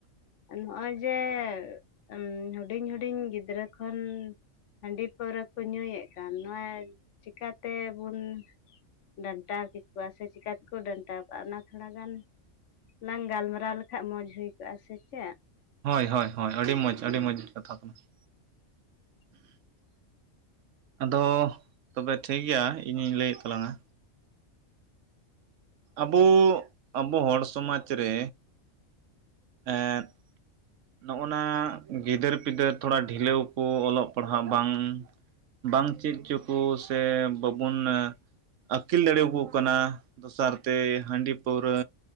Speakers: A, on the left; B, on the right.
A: ᱱᱚᱜᱼᱚᱭ ᱩᱸ ᱡᱮ ᱦᱩᱰᱤᱧ ᱦᱩᱰᱤᱧ ᱜᱤᱫᱽᱨᱟᱹ ᱠᱷᱚᱱ ᱦᱟᱺᱰᱤ ᱯᱟᱹᱣᱨᱟᱹ ᱠᱚ ᱧᱩᱭᱮᱜ ᱠᱟᱱ ᱱᱚᱜ ᱪᱤᱠᱟᱛᱮᱵᱚᱱ ᱰᱟᱱᱴᱟᱣ ᱠᱮᱠᱚᱣᱟ ᱥᱮ ᱪᱤᱠᱟᱛᱮᱠᱚ ᱰᱟᱱᱴᱟᱣ ᱠᱟᱜᱼᱟ ᱚᱱᱟ ᱛᱷᱚᱲᱟ ᱜᱟᱱ ᱞᱟᱝ ᱜᱟᱞᱢᱟᱨᱟᱣ ᱞᱮᱠᱷᱟᱡ ᱢᱚᱸᱡᱽ ᱦᱩᱭ ᱠᱚᱜᱼᱟ ᱥᱮ ᱪᱮᱫ?
B: ᱦᱳᱭ ᱦᱳᱭ ᱦᱳᱭ ᱟᱹᱰᱤ ᱢᱚᱡᱽ ᱟᱹᱰᱤ ᱢᱚᱡᱽ ᱠᱟᱛᱷᱟ ᱠᱟᱱᱟ ᱾
A: <inaudible>
B: ᱟᱫᱚᱻ ᱛᱚᱵᱮ ᱴᱷᱤᱠ ᱜᱮᱭᱟ ᱤᱧᱤᱧ ᱞᱟᱹᱭᱮᱫ ᱛᱟᱞᱟᱝᱟ ᱟᱵᱚ ᱟᱵᱚ ᱦᱚᱲ ᱥᱚᱢᱟᱡᱽ ᱨᱮ ᱮᱸᱫ ᱱᱚᱜᱼᱚᱱᱟ ᱜᱤᱫᱟᱹᱨ ᱯᱤᱫᱟᱹᱨ ᱛᱷᱚᱲᱟ ᱰᱷᱤᱞᱟᱹᱣ ᱠᱚ ᱚᱞᱚᱜ ᱯᱟᱲᱦᱟᱣ ᱵᱟᱝ ᱵᱟᱝ ᱪᱮᱫ ᱦᱚᱪᱚ ᱠᱚ ᱥᱮ ᱵᱟᱵᱩᱱ ᱮ ᱟᱹᱠᱤᱞ ᱫᱟᱲᱮᱭᱟᱠᱚ ᱠᱟᱱᱟ ᱫᱚᱥᱟᱨ ᱛᱮ ᱦᱟᱺᱰᱤ ᱯᱟᱹᱣᱨᱟᱹ